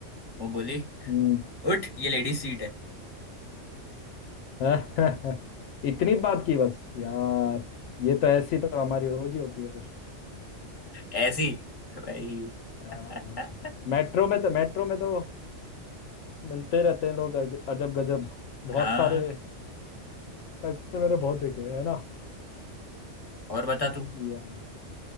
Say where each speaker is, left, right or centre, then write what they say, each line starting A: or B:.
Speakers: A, on the left; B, on the left.
A: वो बोली
B: हम्म
A: उठ ये लेडीज सीट है
B: <laughs> इतनी बात की बस यार ये तो ऐसी तो हमारी रोज ही होती है फिर
A: ऐसी भाई
B: आह,
A: <laughs>
B: मेट्रो में तो मेट्रो में तो मिलते रहते हैं लोग अज- अजब गजब बहुत
A: हाँ
B: सारे ऐसे मैंने बहुत देखे हैं है
A: और बता तू
B: ना